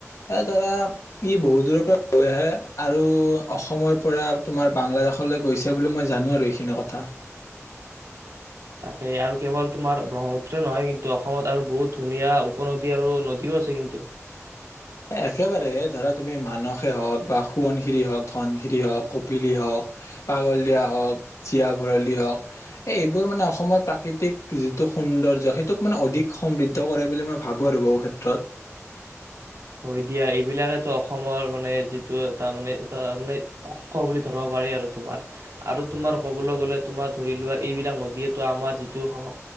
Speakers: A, on the left (about 75°); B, on the right (about 80°).
A: এ ধৰা ই বহুত দূৰৰ পৰা বৈ আহে আৰু অসমৰ পৰা তোমাৰ বাংলাদেশলে গৈছে বুলি মই জানো আৰু এইখিনি কথা।
B: তাকে আৰু কেৱল তোমাৰ ব্ৰহ্মপুত্ৰে নহয় কিন্তু অসমত আৰু বহুত ধুনীয়া উপনদী আৰু নদীও আছে কিন্তু।
A: একেবাৰে ধৰা তুমি মানসেই হওঁক বা সোৱণশিৰি হওঁক, ধনশিৰি হওঁক, কপিলি হওঁক, পাগল দিয়া হওঁক, জীয়া ভৰালি হওক এই এইবোৰ মানে অসমৰ প্ৰাকৃতিক যিটো সৌন্দৰ্য সেইটোক মানে অধিক সমৃদ্ধ কৰে বুলি মই ভাবো আৰু বহু ক্ষেত্ৰত।
B: হৈ দিয়া এইবিলাকেটো অসমৰ মানে যিটো এটা মানে এটা মানে অংশ বুলি ধৰাব পাৰি আৰু তোমাৰ আৰু তোমাৰ কবলৈ গলে তোমাৰ ধৰি লোৱা এইবিলাক নদীয়ে আমাৰ যিটো সং